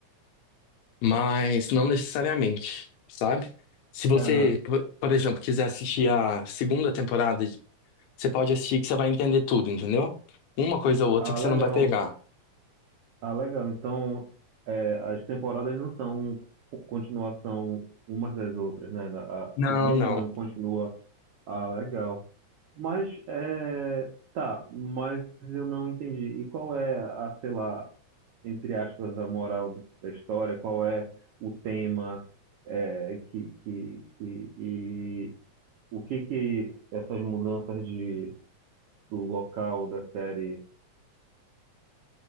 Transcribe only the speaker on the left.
mas não necessariamente, sabe? Se você,
por por exemplo, quiser assistir a segunda temporada, você pode assistir que você vai entender tudo, entendeu? Uma coisa ou outra
que você
não vai pegar.
Não,
não.